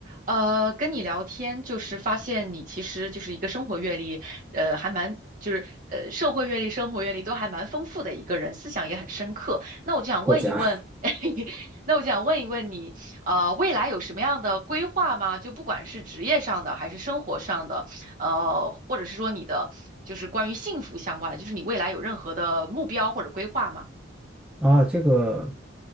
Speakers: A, on the right; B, in the centre.
A: 呃，跟你聊天就是发现你其实就是一个生活阅历，呃，还蛮就是呃社会阅历、生活阅历都还蛮丰富的一个人，思想也很深刻。那我就想问一问，
B: 过家
A: <laughs> 那我就想问一问你，呃，未来有什么样的规划吗？就不管是职业上的还是生活上的，呃，或者是说你的就是关于幸福相关的，就是你未来有任何的目标或者规划吗？
B: <laughs> 啊，这个